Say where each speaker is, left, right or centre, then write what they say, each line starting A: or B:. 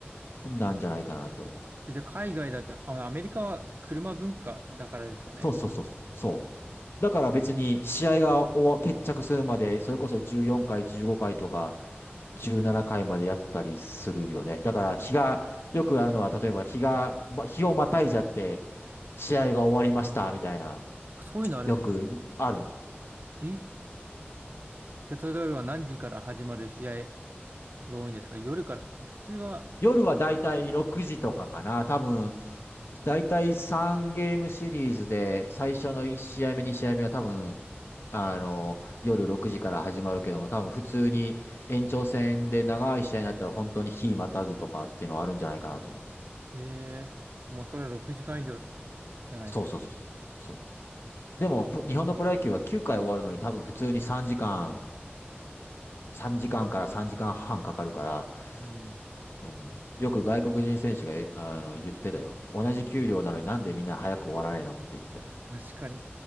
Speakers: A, on the left; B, on the right.
A: なんじゃないかなと思う。
B: えじゃあ海外だと、あ、アメリカは車文化だからですかね。
A: そうそうそう。そう。だから別に試合が終わ、決着するまで、それこそ14回、15回とか、17回までやったりするよね。だから日が、よくあるのは、例えば日が、ま、日をまたいじゃって、試合が終わりました、みたいな、
B: あ、そういうのあるんですか
A: よくある。
B: えじゃあ例えば何時から始まる試合が多いんですか夜から。え普通は、
A: 夜はだいたい6時とかかな。多分、だいたい3ゲームシリーズで、最初の1試合目、2試合目は多分、あの、夜6時から始まるけども、多分普通に延長戦で長い試合になったら本当に日またぐとかっていうのはあるんじゃないかなと思う。
B: えー、もうそれは6時間以上じゃないですか。
A: そうそうそう。そう。でも、プ日本のプロ野球は9回終わるのに多分普通に3時間、3時間かんから3時間半かかるから、
B: うん。
A: うんよく外国人選手が、あの、言ってたよ。同じ給料なのになんでみんな早く終わらないのって言ってたよ。
B: 確かに。